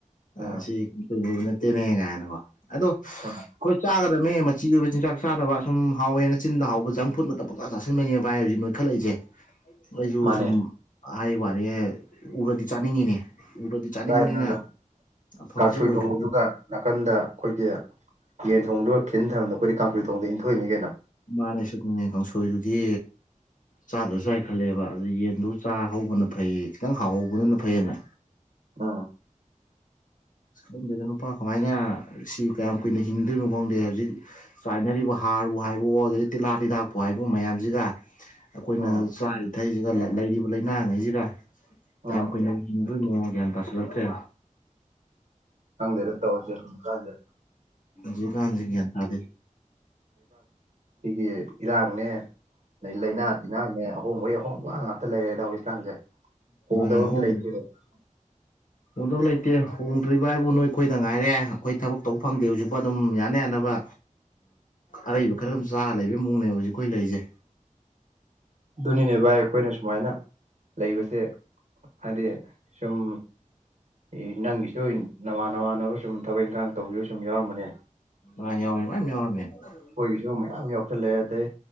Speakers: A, on the right; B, on the left.
A: ꯎꯝ
B: ꯑꯥ ꯁꯤ <unintelligible> ꯅꯠꯇꯦꯅꯦ ꯀꯥꯏꯅꯀꯣ ꯑꯗꯣ
A: <unintelligible>
B: ꯍꯣꯏ ꯆꯥꯒꯗꯝꯃꯦ ꯃꯆꯤ ꯑꯣꯏꯕ ꯆꯤꯟꯖꯥꯛ ꯆꯥꯗꯕ ꯁꯨꯝ ꯍꯥꯎꯋꯦꯅ ꯆꯤꯟꯗ ꯍꯥꯎꯕ ꯖꯪ ꯐꯨꯠ ꯇꯥ ꯄꯨꯡꯆꯥ ꯆꯥꯁꯤꯟꯕꯒꯤꯅꯦ ꯚꯥꯏ ꯍꯧꯖꯤꯛ ꯅꯣꯏꯈꯠꯂꯛꯏꯁꯦ ꯑꯩꯁꯨ
A: ꯃꯥꯅꯦ
B: ꯁꯨꯝ ꯍꯥꯏꯋꯅꯦ ꯎꯔꯗꯤ ꯆꯥꯅꯤꯡꯉꯤꯅꯦ ꯎꯔꯗꯤ ꯆꯥꯅꯤꯡꯕꯅꯤꯅ
A: ꯀꯥꯏꯗꯅꯣꯗ
B: ꯑꯐꯕꯁꯦ
A: ꯀꯥꯡꯁꯣꯏ
B: ꯑꯣꯏꯒꯅꯤ
A: ꯊꯣꯡꯕꯗꯨꯒ ꯅꯥꯀꯟꯗ ꯑꯩꯈꯣꯏꯒꯤ ꯌꯦꯟ ꯊꯣꯡꯕꯗꯨ ꯈꯤꯟ ꯊꯝꯕꯗ ꯑꯩꯈꯣꯏꯗꯤ ꯀꯥꯡꯁꯣꯏ ꯊꯣꯡꯕꯗꯨ ꯏꯟꯊꯣꯛꯏꯅꯤ ꯀꯩꯅꯣ
B: ꯃꯥꯅꯦ ꯁꯨꯄꯔꯃꯦꯟ ꯀꯥꯡꯁꯣꯏꯗꯨꯗꯤ ꯆꯥꯗ꯭ꯔꯁꯨ ꯌꯥꯏ ꯈꯜꯂꯛꯑꯦꯕ ꯑꯗꯨ ꯌꯦꯟꯗꯨ ꯆꯥ ꯍꯧꯕꯅ ꯐꯩ ꯈꯤꯇꯪ ꯍꯥꯎꯍꯧꯕꯗꯨꯅ ꯐꯩꯌꯦꯅ
A: ꯎꯝ
B: ꯈꯪꯗꯦꯗ ꯅꯨꯄꯥ ꯀꯃꯥꯏꯅ ꯁꯤ ꯀꯌꯥꯝ ꯀꯨꯏꯅ ꯍꯤꯡꯗꯨꯏꯅꯣ ꯈꯪꯗꯦ ꯍꯧꯖꯤꯛ ꯆꯥꯏꯅꯔꯤꯕ ꯍꯥꯔꯕꯨ ꯍꯥꯏꯕꯣ ꯑꯗꯩ ꯇꯤꯜꯍꯥ ꯇꯤꯗꯥꯛꯄꯨ ꯍꯥꯏꯕ ꯃꯌꯥꯝꯁꯤꯒ ꯑꯈꯣꯏꯅ
A: ꯎꯝ
B: ꯆꯥꯔꯤ ꯊꯛꯢꯁꯤꯒ ꯂꯩꯔꯤꯕ ꯂꯩꯅꯥꯉꯩꯖꯤꯒ꯫
A: ꯎꯝ
B: ꯀ꯭ꯥꯌꯝ ꯀꯨꯢꯅꯕꯨ ꯍꯤꯡꯗꯣꯢꯅꯣ ꯒꯌ꯭ꯥꯟ ꯇꯥꯁꯜꯂꯛꯇ꯭ꯔꯦ
A: ꯍꯪꯗꯦꯗ ꯇꯧꯁꯤꯦ ꯆꯥꯖꯦ
B: ꯖꯤꯀꯥꯟꯖꯤ ꯒ꯭ꯌꯥꯟ ꯇꯥꯗꯦ꯫
A: ꯒꯤ ꯏꯔꯥꯡꯅꯦ ꯑꯗꯩ ꯂꯥꯏꯅꯥ ꯖꯤꯅꯥꯅꯦ ꯑꯍꯣꯡꯕꯩ ꯑꯍꯣꯡꯕ ꯉꯥꯛꯇ ꯂꯩꯔꯦꯗ ꯍꯧꯖꯤꯛꯀꯥꯟꯁꯦ꯫
B: <unintelligible>
A: ꯍꯣꯡꯗꯕ ꯑꯝꯇ <unintelligible>
B: ꯍꯣꯡꯗꯕ ꯂꯩꯇꯦ ꯍꯣꯡꯗ꯭ꯔꯤꯕ ꯍꯥꯏꯕꯨ ꯅꯣꯏꯈꯣꯏꯗ ꯉꯥꯏꯔꯦ ꯑꯩꯈꯣꯏ ꯊꯕꯛ ꯇꯧ ꯐꯪꯗꯦ ꯍꯧꯖꯤꯛꯄ ꯑꯗꯨꯝ ꯌꯥꯅ ꯌꯥꯅꯕ ꯑꯔꯩꯕ ꯈꯔ ꯑꯗꯨꯝ ꯆꯥꯔ ꯂꯩꯕꯩ ꯃꯑꯣꯡꯅꯦꯕ ꯍꯧꯖꯤꯛ ꯑꯩꯈꯣꯏ ꯂꯩꯔꯤꯁꯦ
A: ꯑꯗꯨꯅꯤꯅꯦ ꯚꯥꯏ ꯑꯩꯈꯣꯏꯅ ꯁꯨꯃꯥꯏꯅ ꯂꯩꯕꯁꯦ ꯍꯥꯏꯗꯤ ꯁꯨꯝ ꯏ ꯅꯪꯒꯤꯁꯨ ꯅꯃꯥꯟ ꯅꯃꯥꯟꯅꯕ ꯁꯨꯝ ꯊꯕꯛ ꯏꯪꯈꯥꯡ ꯇꯧꯕꯤꯕ ꯁꯨꯝ ꯌꯥꯎꯔꯝꯃꯅꯤ꯫
B: <unintelligible>
A: ꯑꯩꯈꯣꯏꯒꯤꯁꯨꯨꯝ ꯃꯌꯥꯝ ꯌꯥꯎꯁꯜꯂꯛꯑꯦ ꯑꯗꯩ